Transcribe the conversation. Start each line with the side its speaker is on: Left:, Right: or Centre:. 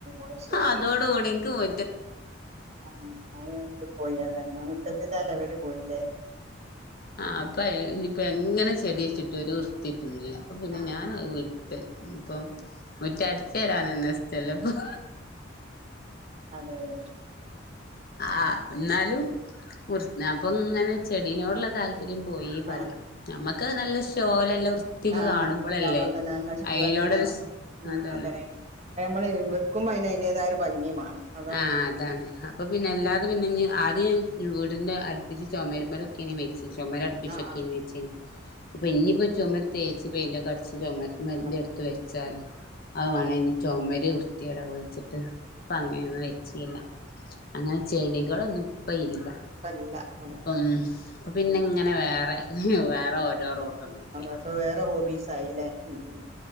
Right: അത് ശരി
Left: അതോട് കൂടി ഇൻക്ക് മു
Right: ആഹ് <unintelligible> പോയി അത്കാരണം മുറ്റത്തിന്റെ ആ ലെവല് പോയിലേ
Left: ആഹ് അപ്പൊ എഹ് ഇനിയിപ്പോ എങ്ങനെ ചെടി വെച്ചിട്ടും ഒരു വൃത്തി കിട്ട്ണില്ല അപ്പ പിന്നെ
Right: ആഹ്
Left: ഞാനത് വിട്ട് ഇപ്പൊ മുറ്റം അടിച്ച് വാരാനെന്നെ ഇഷ്ടല്ലപ്പം
Right: അതെ അതെ അത്
Left: ആഹ്
Right: ശരി
Left: എന്നാലും കുർ നപ്പിങ്ങനെ ചെടീനോടുള്ള താല്പര്യം പോയി പറയാ
Right: ആഹ്
Left: നമ്മ ക്ക് നല്ല ഷോലല്ല വൃത്തിക്ക്
Right: ആഹ്
Left: കാണുമ്പളല്ലേ
Right: അതുണ്ടാവും അതന്നെ അത് നശിക്കുക
Left: അയിനോടൊരു
Right: അതന്നെ എന്നാ ഉം
Left: അതന്നെ
Right: അതരായി നമ്മള് വെക്കുമ്പോ അയ്ന് അയിന്റേതായ ഒരു ഭംഗി വേണം അതാണ്
Left: ആഹ് അതാണ്
Right: ഉം
Left: അപ്പൊ പിന്നെ എല്ലാ അത് പിന്നെ ആദ്യം വീടിൻ്റെ അടുപ്പിച്ച് ചൊമരുമ്മലൊക്കെയിങ്ങനെ വെച്ച് ചൊമരടുപ്പിച്ചൊക്കെയിങ്ങനെ
Right: ആഹ്
Left: വെച്ച് ഇപ്പ ഇനിയിപ്പ ചൊമര് തേച്ച് പെയ്ന്റക്കെ അടിച്ച് ചൊമര് <unintelligible>
Right: ആഹ്
Left: അടുത്ത് വെച്ചാല്
Right: ഉം
Left: അത് വേണേഞ്ഞി ചൊമര് വൃത്തിയേടാവും വെച്ചിട്ട് അപ്പ
Right: ഉം
Left: അങ്ങനെ ഒന്നും വെച്ചീല്ല
Right: അതെ
Left: അങ്ങനെ ചെടികളൊന്നും ഇപ്പ ഇല്ല
Right: ഇപ്പല്ല അതെ അതെ
Left: പം
Right: അതെ
Left: ഇപ്പം പിന്നെങ്ങനെ
Right: ഉം
Left: വേറെ വേറെ ഓരോ റോട്ടം നോക്കി
Right: അപ്പ വേറെ ഹോബീസ് ആയില്ലേ ഇഹ് ഇം